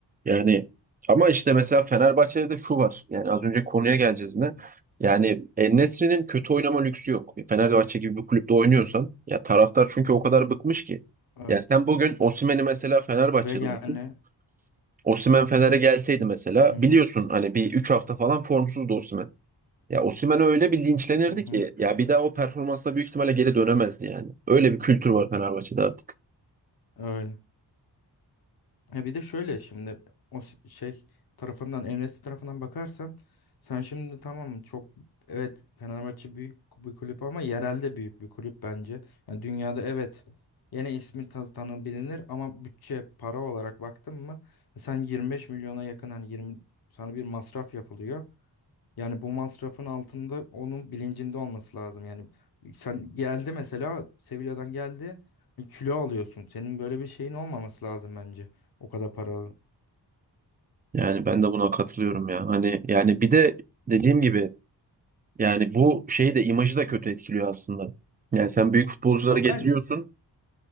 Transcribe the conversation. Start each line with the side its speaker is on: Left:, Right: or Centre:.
Right: Yani ama işte mesela Fenerbahçe'de de şu var. Yani az önce konuya geleceğiz yine.
Left: Hı hı.
Right: Yani En-Nesyri'nin kötü oynama lüksü yok. Fenerbahçe gibi bir kulüpte oynuyorsan ya taraftar çünkü o kadar bıkmış ki.
Left: Evet.
Right: Ya sen bugün Osimhen'i mesela Fenerbahçe'de
Left: Ve yani
Right: olsun. Osimhen Fener'e gelseydi mesela
Left: hı
Right: biliyorsun
Left: hı
Right: hani bir 3 hafta falan formsuzdu Osimhen. Ya Osimhen öyle bir linçlenirdi
Left: hı hı
Right: ki ya bir daha o performansla büyük ihtimalle geri dönemezdi yani. Öyle bir kültür var Fenerbahçe'de artık.
Left: öyle. Ya bir de şöyle şimdi o s- şey tarafından El Nesri tarafından bakarsan sen şimdi tamam çok evet Fenerbahçe büyük bir kulüp ama yerelde büyük bir kulüp bence. Yani dünyada evet yine ismi tan- tanınabilir ama bütçe para olarak baktın mı sen 25 milyona yakın hani 20 sana bir masraf yapılıyor. Yani bu masrafın altında onun bilincinde olması lazım. Yani sen geldi mesela Sevilla'dan geldi e, kilo alıyorsun. Senin böyle bir şeyin olmaması lazım bence. O kadar para.
Right: Yani ben de buna katılıyorum ya. Hani yani bir de dediğim gibi yani bu şeyi de imajı da kötü etkiliyor aslında. Yani sen büyük futbolcuları
Left: Abi
Right: getiriyorsun
Left: ben,